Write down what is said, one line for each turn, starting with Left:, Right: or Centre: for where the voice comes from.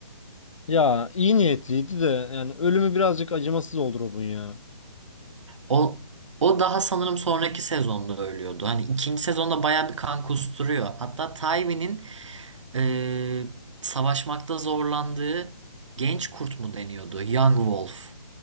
Left: Ya iyi niyetliydi de yani ölümü birazcık acımasız oldu Robb'un ya.
Right: O o daha sanırım sonraki sezonda ölüyordu. Hani ikinci sezonda bayağı bir kan kusturuyor. Hatta Tywin'in e, savaşmakta zorlandığı genç kurt mu deniyordu? Young Wolf.